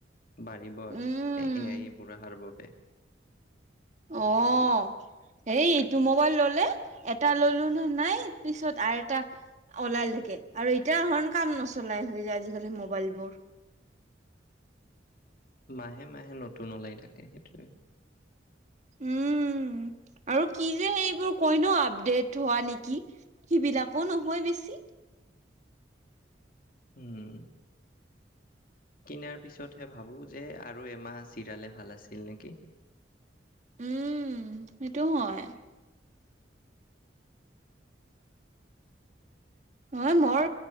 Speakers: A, on the left (about 50°); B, on the right (about 40°).
A: বাঢ়িব আৰু
B: উম,
A: এ এয়াই বুঢ়াৰ বাবে
B: অঁ সেই মোবাইল ললে এটা ললো নে নাই পিছত আৰু এটা ওলালেকে আৰু এতিয়া ধৰণ কাম নচলাই হৈ যায় আজিকালি ম মোবাইল বোৰ
A: মাহে মাহে নতুন ওলাই থাকে সেইটোৱে
B: উম আৰু কি যে সেইবোৰ কয় ন আপডেট হোৱা নেকি স বিলাকো নহয় বেছি
A: উম কিনাৰ পিছতহে ভাবো যে আৰু এমাহ চিৰালে ভাল আছিল নেকি
B: উম সেইটো হয় অঁ মই